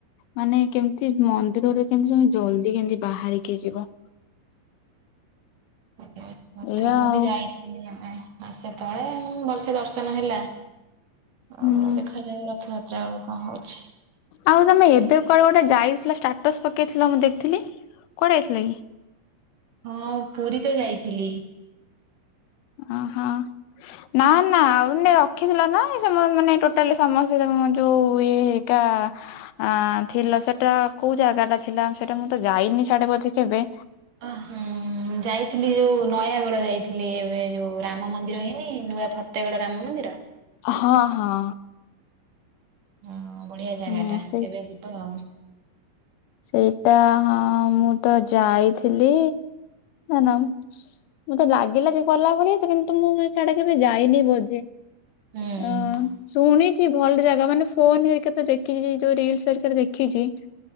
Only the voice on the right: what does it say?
ଇଏ ହେଉଚି କଥା,
ମୁଁ
ବି ଯାଇଥିଲି ଆମେ, ମାସେ ତଳେ, ମୁ ଭଲସେ ଦର୍ଶନ ହେଲା।
ଆଉ, ଦେଖାଯାଉ, ରଥଯାତ୍ରା ବେଳକୁ କଣ ହଉଚି?
ହଁ, ପୁରୀ ତ ଯାଇଥିଲି।
<inaudible>
ଓ ହୁଁ, ଯାଇଥିଲି ଯୋଉ ନୟାଗଡ଼ ଯାଇଥିଲି, ଏବେ ଯୋଉ, ରାମ ମନ୍ଦିର ହେଇନି, ନୂଆ ଫ ଫତେଗଡ ରାମ ମନ୍ଦିର?
ହଁ ବଢିଆ ଜାଗା
ଟା,
କେବେ ଯିବ ଆଉ?
ହୁଁ।